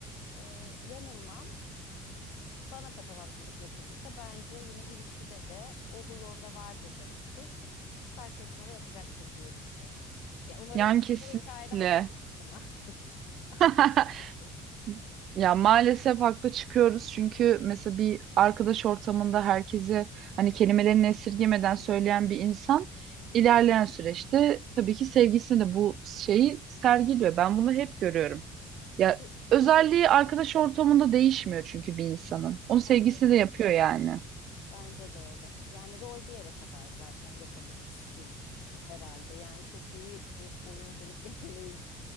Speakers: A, on the left; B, on the right.
A: e, yanılmam bana patavatsızlık yapıldıysa bence yine ilişkide de o huy onda vardır demektir. Kız arkadaşına da yapacaktır diye düşünüyorum. Ya umarım
B: Yani kesinlikle.
A: bu hikayede haklı çıkmam ama <laughs> arkadaşım
B: <laughs>
A: için.
B: Ya maalesef haklı çıkıyoruz çünkü mesela bir arkadaş ortamında herkese hani kelimelerini esirgemeden söyleyen bir insan
A: Hı hı.
B: ilerleyen süreçte tabii ki sevgisine de bu şeyi sergiliyor. Ben bunu hep görüyorum. Ya
A: Hu- huyu
B: özelliği
A: evet
B: arkadaş ortamında değişmiyor çünkü bir insanın. Onu
A: bence
B: sevgisi
A: de.
B: de yapıyor yani.
A: Bence de öyle. Yani rol bir yere kadar zaten yapabilirsin herhalde. Yani çok iyi bir oyunculuk <laughs> yeteneğin